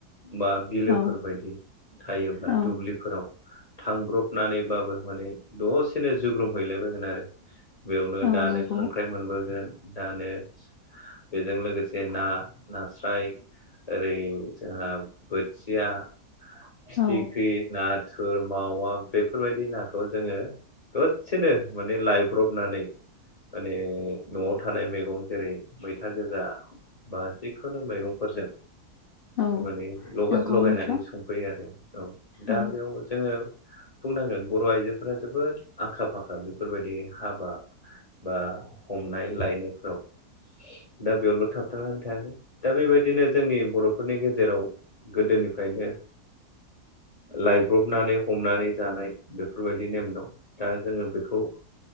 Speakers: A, on the left (about 30°); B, on the left (about 80°).
A: बा बिलोफोरबायदि
B: औ
A: थायोब्ला
B: औ
A: दुब्लिफोराव थांब्रबनानैबाबो माने दसेनो जुग्रोमहैलाबायगोन आरो बेयावनो
B: औ
A: दानो
B: नंगौ
A: खांख्राइ मोनबोगोन दानो बेजों लोगोसे ना नास्राय ओरै जोंहा बोथिया फिथिख्रि
B: औ
A: नाथुर मावा बेफोरबायदि नाखौ जोङो दसेनो माने लायब्रबनानै माने न'आव थानाय मैगं जेरै मैथा गोजा बा जिखुनु मैगंफोरजों
B: औ
A: माने लगा
B: नंगौ
A: लगायनानै
B: नोंथां
A: संफायो आरो औ दा
B: औ
A: बेयाव जोङो बुंनांगोन बर' आइजोफोरा जोबोद आखा फाखा बेफोरबायदि हाबा बा हमनाय लायनायफोराव दा बेयावल' थाबथा थायाखै दा बेबायदिनो जोंनि बर'फोरनि गेजेराव गोदोनिफ्रायनो लायब्रबनानै हमनानै जानाय बेफोरबायदि नेम दं दा जोङो बेखौ